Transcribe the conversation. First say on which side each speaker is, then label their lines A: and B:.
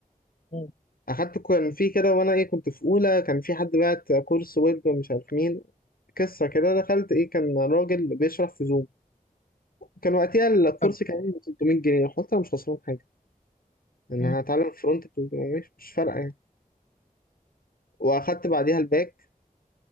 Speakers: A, on the left (about 55°); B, on the left (about 80°).
A: مم،
B: اخدت كان في كده وانا ايه كنت في اولى كان في حد بعت كورس ويب مش عارف مين قصه كده دخلت ايه كان راجل بيشرح في زوم كان وقتها الكورس
A: حلو
B: كان ب 300 جنيه قلت انا مش خسران حاجه انا
A: مم.
B: هتعلم فرونت ب 300 مش مش فارقه يعني واخدت بعديها الباك